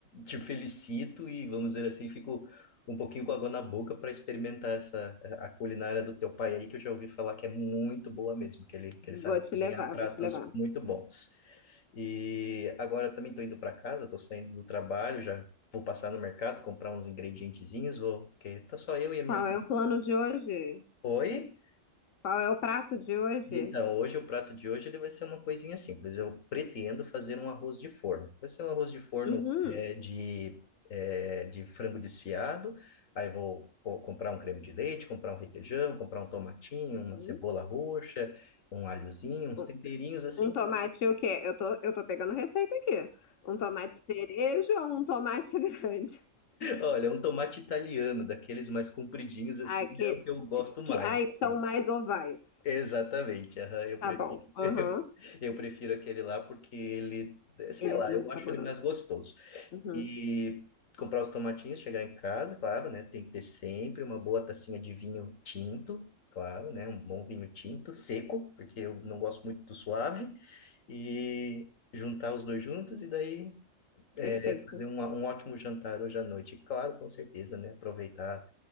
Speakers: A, on the left (about 90°); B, on the left (about 70°).
A: te felicito e, vamos dizer assim, fico um pouquinho com água na boca para experimentar essa a culinária do teu pai aí, que eu já ouvi falar que é muito boa mesmo, que ele, que ele sabe
B: Vou te
A: cozinhar
B: levar,
A: pratos
B: vou te levar.
A: muito bons. E agora também estou indo para casa, estou saindo do trabalho, já vou passar no mercado, comprar uns ingredientezinhos, vou, porque tá só eu e a minha.
B: Qual é o plano de hoje?
A: Oi?
B: Qual é o prato de hoje?
A: Então, hoje o prato de hoje ele vai ser uma coisinha simples. Eu pretendo fazer um arroz de forno. Vai ser um arroz de forno
B: Uhum.
A: é, de, é, de frango desfiado. Aí vou co- comprar um creme de leite, comprar um requeijão, comprar um tomatinho,
B: uhum.
A: uma cebola roxa, um alhozinho, uns
B: Um
A: temperinhos assim.
B: um tomate o quê? Eu tô, eu tô pegando receita aqui. Um tomate cereja ou um tomate <laughs> grande?
A: Olha, um tomate italiano, daqueles mais compridinhos, assim,
B: Ah, que,
A: é o que eu gosto mais,
B: que, ai,
A: assim.
B: são mais ovais.
A: Exatamente, aham, eu
B: Tá
A: prefiro,
B: bom. Aham.
A: <laughs> eu prefiro aquele lá porque ele, eh, sei
B: Ele
A: lá,
B: é muito
A: eu acho
B: saboroso.
A: ele mais gostoso.
B: Uhum.
A: E comprar os tomatinhos, chegar em casa, claro, né? Tem que ter sempre uma boa tacinha de vinho tinto, claro, né? Um bom vinho tinto, seco, porque eu não gosto muito do suave, e juntar os dois juntos e daí é,
B: Perfeito.
A: fazer uma- um ótimo jantar hoje à noite. Claro, com certeza, né? Aproveitar